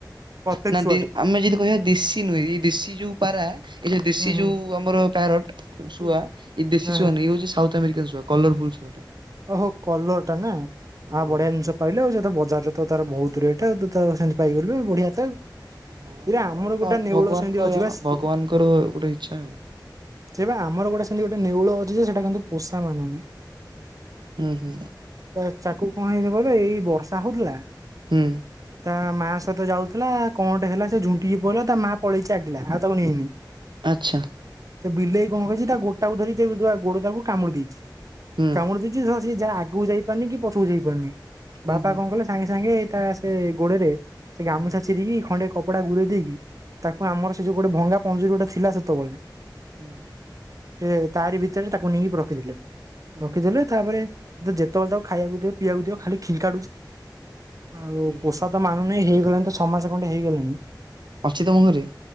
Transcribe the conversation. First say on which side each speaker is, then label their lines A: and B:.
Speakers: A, on the right (about 45°); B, on the right (about 80°).
A: ପତେକ୍
B: ନା
A: ଶୁଆ
B: ଦେ
A: ଟା।
B: ଆମେ ଯଦି କହିବା ଦେଶି ନୁହେଁ ଏଇ ଦେଶୀ ଯୋଉ ପାରା ଏଇ ଦେଶୀ
A: ହୁଁ
B: ଯୋଉ
A: ହୁଁ
B: ଆମର ପ୍ୟାରୋଟ ଶୁଆ ଏଇ ଦେଶୀ
A: ହଁ
B: ଶୁଆ
A: ହଁ
B: ନୁଁହ ହଉଛି ସାଉଥ ଆମେରିକାନ୍ ଶୁଆ। କଲରଫୁଲ ଶୁଆଟା।
A: ଓ ହୋ କଲରଟା ନା।
B: ହଁ
A: ଆ ବଢିଆ ଜିନିଷ ପାଇଲୁ ଆଉ ସେ ତ ବଜାରରେ ତାର ବହୁତ ରେଟ୍ ଆଉ ତୁ ତ ସେମତି ପାଇଗଲୁ ବଢିଆ ତ।
B: ହଁ
A: ଏଇରେ ଆମର ଗୋଟା ନେଉଳ
B: ଭଗବାନଙ୍କ
A: ସେମତି ଅଛି ବା ସ
B: ଭଗବାନଙ୍କର ଗୋଟେ ଇଚ୍ଛା ଆଉ
A: ସେ ଆମର ବା ଗୋଟେ ସେମତି ଗୋଟେ ନେଉଳ ଅଛି ସେଟା କିନ୍ତୁ ପୋଷା ମାନୁନି।
B: ହୁଁ ହୁଁ।
A: ତ ଚାକୁ କଣ ହେଇଯିବ ବ ଏଇ ବର୍ଷା ହଉଥିଲା।
B: ହୁଁ।
A: ତା ମା ସହିତ ଯାଉଥିଲା କଣଟେ ହେଲା ସେ ଝୁଣ୍ଟିକି ପଡିଲା ତା ମା ପଳେଇକି ଆଗିଲା ଆଉ ତାକୁ ନେଇନି।
B: ଆଚ୍ଛା।
A: ସେ ବିଲେଇ କଣ କହିଛି ତା ଗୋଟାକୁ ଧରି ସେ ଗୋଡ ତାକୁ କାମୁଡି ଦେଇଛି।
B: ହୁଁ
A: କାମୁଡ଼ି ଦେଇଛି ସିଏା ଆଗକୁ ଯାଇପାରୁନି କି ପଛକୁ ଯାଇପାରୁନି ବାପା
B: ଓହୋ
A: କଣ କଲେ? ସାଙ୍ଗେ ସାଙ୍ଗେ ତା ସେ ଗୋଡରେ ସେ
B: ହୁଁ
A: ଗାମୁଛା ଚିରିକି ଖଣ୍ଡେ କପଡା ଗୁରେଇଦେଇକି। ତାକୁ
B: ହୁଁ
A: ଆମର ସେ ଯୋଉ ଗୋଟେ ଭଙ୍ଗା ପଞ୍ଜୁରୀ ଗୋଟେ ଥିଲା ସେତେବେଳେ
B: ହୁଁ।
A: ସେ ତାରି ଭିତରେ ତାକୁ ନେଇକି ରଖିଥିଲେ।
B: ହୁଁ
A: ରଖିଦେଲେ ତାପରେ ଯେତେବେଳେ ତାକୁ ଖାଇବାକୁ ଦିଅ ପିଇବାକୁ ଦିଅ ଖାଲି ଖିଙ୍କାଡୁଛି। ଆଉ
B: ଏହେ
A: ପୋଷା ତ ମାନୁନି ହେଇଗଲାଣି ତ ଛଅ ମାସ ଖଣ୍ଡେ ହେଇଗଲାଣି।
B: ଅଛି ତମ ଘରେ।